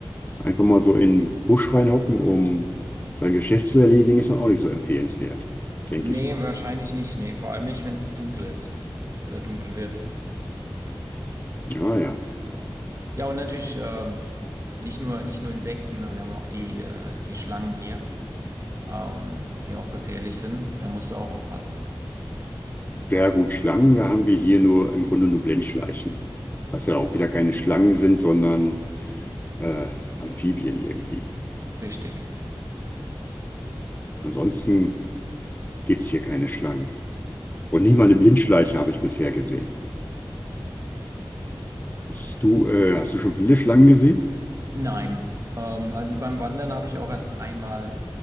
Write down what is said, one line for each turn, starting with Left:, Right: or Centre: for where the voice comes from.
Left: Einfach mal so in den Busch reinhocken, um sein Geschäft zu erledigen, ist dann auch nicht so empfehlenswert, denke
Right: Nee,
Left: ich mal.
Right: wahrscheinlich nicht. Nee, vor allem nicht, wenn es dunkel ist oder dunkel wird.
Left: Ja, ja.
Right: Ja, und natürlich ähm, nicht nur, nicht nur Insekten, ne, wir haben auch die, äh, die Schlangen hier, ähm, die auch gefährlich sind. Da musst du auch aufpassen.
Left: Ja gut, Schlangen, da haben wir hier nur im Grunde nur Blindschleichen. Was ja auch wieder keine Schlangen sind, sondern äh, Amphibien irgendwie.
Right: Richtig.
Left: Ansonsten gibt es hier keine Schlangen. Und nicht mal eine Blindschleiche habe ich bisher gesehen. Hast du, äh, hast du schon viele Schlangen gesehen?
Right: Nein. Ähm, also beim Wandern habe ich auch erst einmal